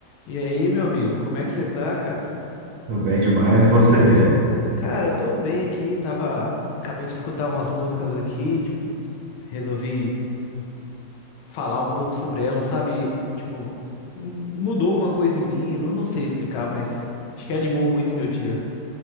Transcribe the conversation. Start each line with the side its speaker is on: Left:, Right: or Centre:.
Left: E aí, meu amigo, como é que você tá, cara?
Right: Tudo bem demais. E você?
Left: Cara, eu tô bem aqui, tava. Acabei de escutar umas músicas aqui, tipo, resolvi falar um pouco sobre elas, sabe? Tipo, mu- mudou alguma coisa em mim, não, não sei explicar, mas acho que animou muito meu dia.